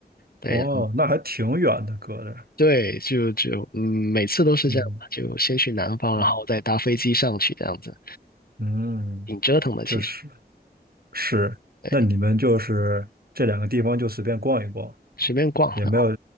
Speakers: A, on the left (about 65°); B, on the right (about 65°).
A: 对
B: 哦，那还挺远的，隔着，
A: 对，就就嗯，每次都是这样嘛就先去南方，
B: 嗯嗯
A: 然后再搭飞机上去，这样子
B: 嗯，
A: 挺折腾的，
B: 就是
A: 其实。
B: 是，
A: 对，
B: 那你们就是这两个地方就随便逛一逛，
A: 随便逛，
B: 也没有
A: 然后